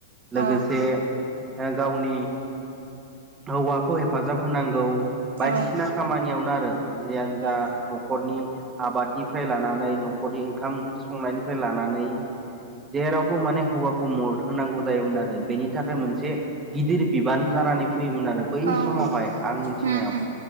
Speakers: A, on the right; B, on the right.
A: लोगोसे
B: औ
A: गावनि हौवाखौ हेफाजाब होनांगौ। बायदिसिना
B: औ
A: खामानियावनो आरो जियानो जा
B: औ
A: न'खरनि आबाद निफ्राय लानानै न'खरनि ओंखाम-ओंख्रि संनायनिफ्राय लानानै जेरावबो माने हौवा खौ मद होनांगौ जायोमोन आरो बेनि थाखाय मोनसे गिदिर बिबान जानानै फैयोमोन आरो बै
B: औ
A: समावहाय
B: औ
A: आं मिथिनायाव
B: उम उम